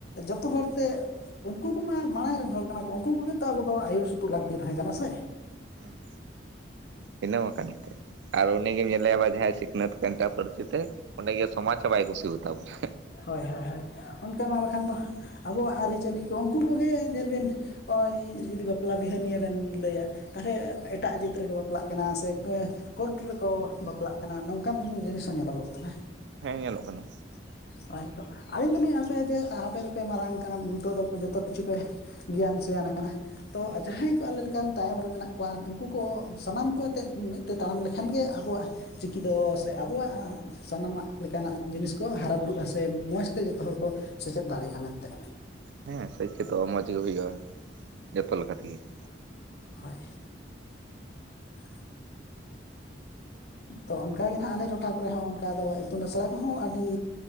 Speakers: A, on the left; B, on the right.
A: ᱡᱚᱛᱚ ᱦᱚᱲ ᱛᱮ ᱩᱱᱠᱩ ᱠᱚᱢᱟ ᱢᱟᱲᱟᱝ ᱨᱮᱱ ᱦᱚᱲ ᱠᱟᱱᱟ ᱠᱚ ᱩᱱᱠᱩ ᱠᱚᱜᱮ ᱛᱚ ᱟᱵᱚ ᱫᱚ ᱟᱹᱭᱩᱨ ᱥᱩᱛᱩᱜ ᱞᱟᱹᱠᱛᱤ ᱛᱟᱦᱮᱸ ᱠᱟᱱᱟ ᱥᱮ?
B: ᱦᱸ ᱤᱱᱟᱹ ᱢᱟ ᱠᱟᱱ ᱜᱮ ᱟᱨ ᱩᱱᱤ ᱜᱮᱢ ᱧᱮᱞᱮᱭᱟ ᱵᱟ ᱡᱟᱦᱟᱸᱭ ᱥᱤᱠᱷᱱᱟᱹᱛ ᱮᱱᱛᱟ ᱯᱟᱹᱨᱥᱤ ᱛᱮ ᱚᱸᱰᱮ ᱜᱮ ᱥᱚᱢᱟᱡᱽ ᱦᱚᱸ ᱵᱟᱭ ᱠᱩᱥᱤᱣᱟᱛᱟ ᱵᱚᱱᱟ
A: ᱦᱳᱭ ᱦᱳᱭ ᱦᱳᱭ ᱚᱱᱠᱟ ᱢᱟ ᱵᱟᱠᱷᱟᱱ ᱫᱚ ᱟᱵᱚᱣᱟᱜ ᱟᱹᱨᱤᱪᱟᱹᱞᱤ ᱠᱚ ᱩᱱᱠᱩ ᱠᱚᱜᱮ ᱧᱮᱞᱵᱤᱱ ᱱᱚᱜᱼᱚᱭ ᱡᱩᱫᱤ ᱵᱟᱯᱞᱟ ᱵᱤᱦᱟᱹ ᱱᱤᱭᱮ ᱵᱮᱱ ᱞᱟᱹᱭᱟ ᱛᱟᱦᱚᱞᱮ ᱮᱴᱟᱜ ᱡᱟᱹᱛ ᱨᱮᱠᱚ ᱵᱟᱯ ᱵᱟᱯᱞᱟᱜ ᱠᱟᱱᱟ ᱥᱮ ᱠᱚᱴ ᱨᱮᱠᱚ ᱵᱟᱯᱞᱟᱜ ᱠᱟᱱᱟ ᱱᱚᱝᱠᱟᱱ ᱡᱤᱱᱤᱥ ᱦᱚᱸ ᱧᱮᱞᱚᱜᱚᱜ ᱠᱟᱱᱟ
B: ᱦᱮᱸ ᱧᱮᱞᱚᱜ ᱠᱟᱱᱟ
A: <unintelligible> ᱦᱳᱭᱛᱚ ᱟᱹᱞᱤᱧ ᱫᱚᱞᱤᱧ ᱟᱥᱟᱭᱟ ᱡᱮ ᱟᱯᱮ ᱫᱚᱯᱮ ᱢᱟᱨᱟᱝ ᱟᱠᱟᱱᱟ ᱱᱤᱛᱚᱜ ᱫᱚ ᱡᱚᱛᱚ ᱠᱤᱪᱷᱩ ᱯᱮ ᱜᱮᱭᱟᱱ ᱥᱚᱭᱟᱱ ᱟᱠᱟᱱᱟ ᱛᱚ ᱡᱟᱦᱟᱸᱭ ᱠᱚ ᱟᱞᱮ ᱞᱮᱠᱟᱱ ᱛᱟᱭᱚᱢ ᱨᱮ ᱢᱮᱱᱟᱜ ᱠᱚᱣᱟ, ᱩᱱᱩᱠᱩ ᱠᱚ ᱥᱟᱱᱟᱢ ᱠᱚ ᱟᱛᱮᱫ ᱢᱤᱫ ᱛᱮ ᱛᱟᱲᱟᱢ ᱞᱮᱠᱷᱟᱱ ᱜᱮ ᱟᱵᱚᱣᱟᱜ ᱪᱤᱠᱤ ᱫᱚ ᱥᱮ ᱟᱵᱚᱣᱟᱜ ᱥᱟᱱᱟᱢᱟᱜ ᱞᱮᱠᱟᱱᱟᱜ ᱡᱤᱱᱤᱥ ᱠᱚ ᱦᱟᱨᱟ ᱵᱩᱨᱩᱜᱼᱟ ᱥᱮ ᱢᱚᱡᱽ ᱛᱮ ᱡᱚᱛᱚ ᱦᱚᱲ ᱠᱚ ᱥᱮᱪᱮᱫ ᱫᱟᱲᱮᱭᱟᱜᱼᱟ ᱢᱮᱱᱛᱮ ᱾
B: ᱦᱮᱸ ᱥᱮᱪᱮᱛ ᱚᱜᱼᱟ ᱢᱚᱸᱡᱽ ᱜᱮ ᱦᱩᱭᱩᱜᱼᱟ ᱾ ᱡᱚᱛᱚ ᱞᱮᱠᱟ ᱛᱮᱜᱤ ᱾
A: ᱦᱳᱭ <unintelligible> ᱛᱚ ᱚᱱᱠᱟᱜ ᱜᱮ ᱦᱜ ᱟᱞᱮ ᱴᱚᱴᱷᱟ ᱠᱚᱨᱮ ᱦᱚᱸ ᱚᱱᱠᱟ ᱫᱚ ᱤᱛᱩᱱ ᱟᱥᱲᱟ ᱠᱚᱦᱚᱸ ᱟᱹᱰᱤ